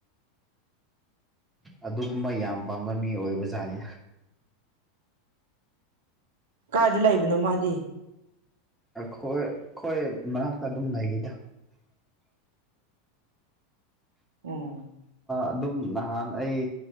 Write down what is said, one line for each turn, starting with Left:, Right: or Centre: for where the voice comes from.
Centre: ꯑꯗꯨꯒꯨꯝꯕ ꯌꯥꯝ ꯄꯥꯝꯕ ꯃꯤ ꯑꯣꯏꯕꯖꯥꯠꯅꯦ
Right: ꯀꯥꯏꯏꯗ ꯂꯩꯕꯅꯣ ꯃꯥꯗꯤ
Centre: ꯑꯩꯈꯣꯏ ꯑꯩꯈꯣꯏ ꯃꯅꯥꯛꯇ ꯑꯗꯨꯝ ꯂꯩꯔꯤꯗ
Right: ꯎꯝ
Centre: ꯑꯗꯨꯝ ꯅꯍꯥꯟ ꯑꯩ